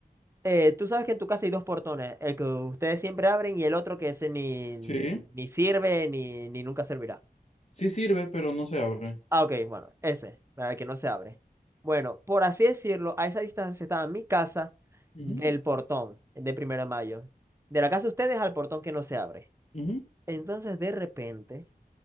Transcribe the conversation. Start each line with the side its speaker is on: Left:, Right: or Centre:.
Right: Eh, tú sabes que en tu casa hay dos portones, el que ustedes siempre abren y el otro que ese ni, ni
Left: Sí.
Right: sirve ni, ni nunca servirá.
Left: Sí sirve, pero no se abre.
Right: Ah, ok, bueno, ese, para el que no se abre. Bueno, por así decirlo, a esa distancia estaba mi casa
Left: Ujú,
Right: del portón de Primero de Mayo. De la casa de ustedes al portón que no se abre.
Left: ujú,
Right: Entonces, de repente,